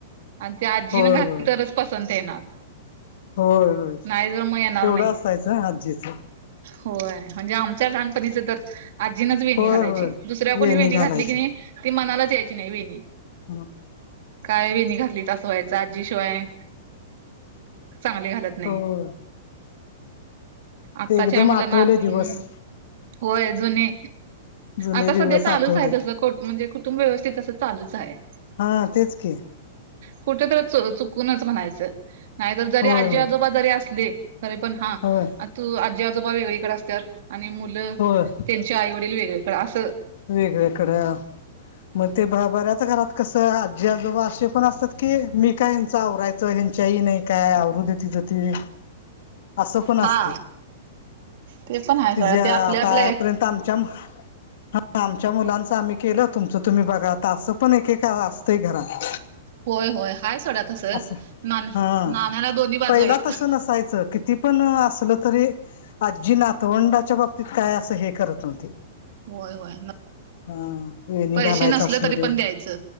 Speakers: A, on the right; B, on the left.
A: आणि ते आजीन
B: होय
A: घातली
B: होय
A: तरच पसंत येणार
B: होय होय तेवढं
A: नाही जर मग येणार नाही
B: असायचं आजीचं
A: होय म्हणजे आमच्या लहानपणीच तर आजीनच वेणी
B: होय
A: घालायची
B: होय
A: दुसऱ्या कोणी वेणी
B: घालायचे
A: घातली की नाही ती मनालाच यायची नाही वेणी
B: हां
A: काय वेणी घातलीत अस व्हायचा आजीशिवाय चांगले घालत
B: हो
A: नाही आत्ताच्या
B: ते एकदम
A: मुलांना
B: आठवले
A: ह्
B: दिवस
A: होय जूने
B: जुने
A: आता
B: दिवस
A: सध्या चालूच
B: आठवले
A: आहे कु म्हणजे कुटुंब व्यवस्थित असं चालूच आहे.
B: हा तेच की
A: कुठेतरी च चुकूनच म्हणायचं नाहीतर जरी
B: होय
A: आजी
B: होय
A: आजोबा जरी असले तरे पण हा
B: होय
A: आ तू आजी आजोबा वेगळीकडे असतात आणि मु ल
B: होय
A: त्यांच्या आई वडील वेगळे कड अस
B: वेगळेकडें मग ते ब बऱ्याच घरात कसं आजी आजोबा अशे पण असतात की मी काय ह्यांच आवरायचं ह्यांच्याही नाही काय आवरदे तिजं ती असं पण असतय
A: हा ते पण हाय सोडा
B: जे
A: ते
B: आतापर्यंत
A: आपल्या आपल्या
B: आमच्या म हा आमच्या मुलांचं आम्ही केलं तुमचं तुम्ही बघा आत्ता असं पण एकेका असतंय घरात
A: होय होय हाय सोडा तसं
B: असं
A: नान
B: हा
A: नाण्याला दोन्ही बाजू
B: पहिला
A: आहेत
B: तसं नसायचं की ती पण असल तरी आजी नातवंडाच्या बाबतीत काय असं हे करत नव्हती.
A: होय होय
B: हा हेणी
A: पैसे
B: घालायच
A: नसले
B: असू
A: तरी
B: दे
A: पण द्यायचं